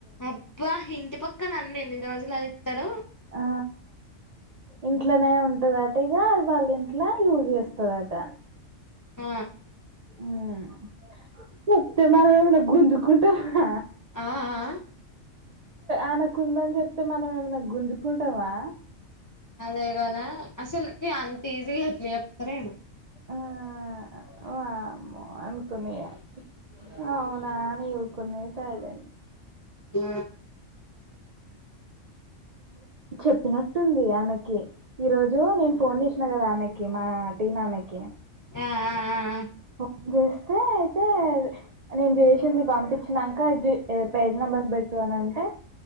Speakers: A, on the left; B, on the right.
A: అబ్బా ఇంటి పక్క న ఎన్ని రోజులు అని ఇత్తాడు
B: ఆ ఇంట్లోనే ఉంటు అటు ఎ వాళ్ళు ఇంట్లో వాళ్ళు చేస్ తరువాత
A: ఆ
B: అ చెప్తున కదా ఏమన్న గుంజుకుంటనమ
A: ఆ ఆ
B: ఆమె కి ఉంది చెప్తే మనం ఏమన్న గుంజుకుంటామా
A: అదే గదా అసల్కి అంత ఈజీగా ఎట్ల చెప్తారో ఏమో
B: ఆ వామ్మో అనుకున్నా ఇగ అవునా అని వుకున్న సైలెంట్
A: అ
B: చెప్పినట్టుంది ఆమెకి ఈరోజు నేను ఫోన్ చేసినా కదా ఆమెకి మా టీం ఆమెకి
A: అ అ అ
B: ఫోన్ చేస్తే అయితే నేను చేసింది పంపించినంక జి పేజ్ నంబర్స్ పెట్టు అని అంటే